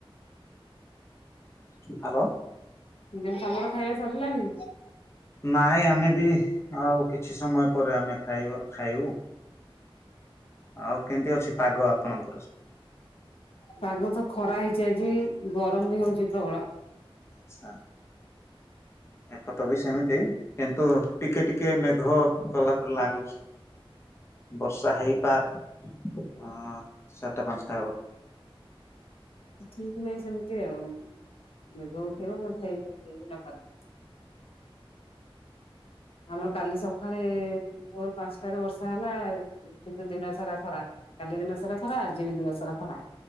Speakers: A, on the left; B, on the left.
A: ହାଲୋ।
B: ମୁଁ ତମର ଖାଇବା ସରିଲାଣି?
A: ନାଇଁ ଆମେ ବି ଆଉ କିଛି ସମୟ ପରେ ଆମେ ଖାଇବ ଖାଇବୁ। ଆଉ କେମିତି ଅଛି ପାଗ ଆପଣଙ୍କର ସ୍ୟାଡେ?
B: ପାଗ ତ ଖରା ହେଇଚି ଆଜି ଗରମ ବି ହୋଉଚି ପ୍ରବଳ।
A: ଆଛା। ଏପତ ବି ସେମିତି କିନ୍ତୁ ଟିକେ ଟିକେ ମେଘ କଲା ପରେ ଲାଗୁଛି। ବର୍ଷା ହେଇପାରେ ଅଁ ଚାରଟା ପାଞ୍ଚଟା ବେଳକୁ।
B: ଠିକ ନାଇଁ ସେମିତି ଆଉ। ମେଘ ଉଠେଇବ ଯଦି ହେଇପାରେ ହେଇବି ନ ପାରେ। ଆମର କାଲି ସକାଳେ ଭୋର ପାଞ୍ଚଟାରେ ବର୍ଷା ହେଲା କିନ୍ତୁ ଦିନ ସାରା ଖରା। କାଲି ଦିନ ସାରା ଖରା ଆଜିବି ଦିନ ସାରା ଖରା।